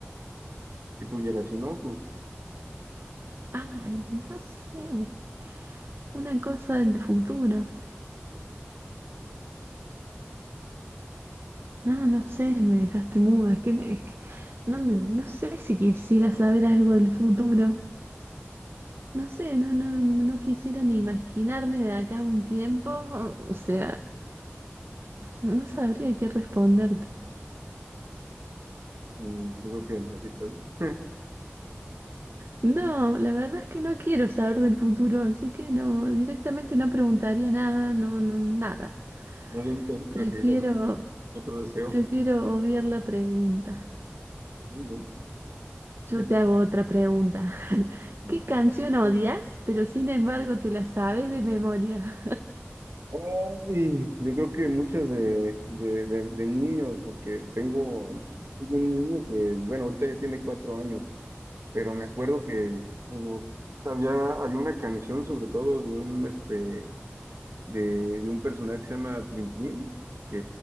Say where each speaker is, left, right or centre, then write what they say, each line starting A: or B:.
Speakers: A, on the right (about 70°); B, on the right (about 60°).
A: Si pudieras, si no, pues
B: Ay, no sé. Una cosa del futuro. No, no sé, me dejaste muda. Es que, es que no me, no sé si quisiera saber algo del futuro. No sé, no, no, no, no quisiera ni imaginarme de acá a un tiempo. O sea, no sabría qué responderte.
A: mm, yo creo que así está bien. <laughs>
B: No, la verdad es que no quiero saber del futuro, así que no, directamente no preguntaría nada, no, no, nada.
A: Más bien pre-
B: Prefiero,
A: preferiría otro deseo.
B: prefiero obviar la pregunta.
A: Muy bien.
B: Yo
A: Eh,
B: te hago otra pregunta. <laughs>
A: No.
B: ¿Qué canción odias, pero sin embargo te la sabes de memoria?
A: Ay, yo creo que muchas de, de, de, de niños, porque tengo tengo un niño que, bueno, ahorita ya tiene cuatro años, pero me acuerdo que bueno, había, hay una canción sobre todo de un este de, de un personaje que se llama Plin Plin, que